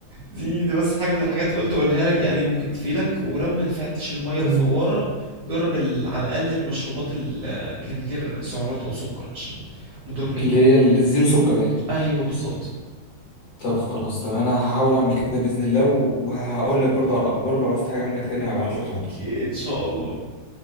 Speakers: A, on the right (about 70°); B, on the left (about 75°).
A: دي دي بس حاجه من الحاجات قلت اقولها لك يعني ممكن تفيدك ولو ما نفعتش الميه
B: تمام
A: الفواره جرب ال... على الاقل المشروبات ال- اللي من غير سعرات او سكر عشان مضرين
B: اللي
A: يعني
B: هي ال- الزيرو سكر يعني
A: ايوه بالظبط
B: طب خلاص طب انا هحاول اعمل كده بإذن الله وهقول لك برضو على الاخبار ولو عوزت حاجة منك تاني هبعت
A: اوكي
B: لك على طول
A: ان شاء الله